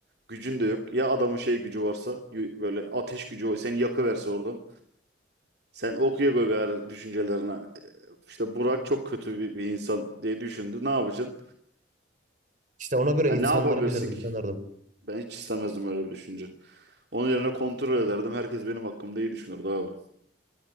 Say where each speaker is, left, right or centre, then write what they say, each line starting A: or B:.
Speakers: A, on the right; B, on the right.
A: Gücün de yok. Ya adamın şey gücü varsa y- böyle ateş gücü var. Seni yakıverse orada. Sen okuya koy gayrı düşüncelerine. E, İşte Burak çok kötü bir, bir insan diye düşündü. Ne yapacaksın?
B: İşte ona göre
A: Ha,
B: insanları
A: ne yapabilirsin
B: bilirdim,
A: ki?
B: tanırdım.
A: Ben hiç istemezdim öyle bir düşünce. Onun yerine kontrol ederdim. Herkes benim hakkımda iyi düşünürdü abi.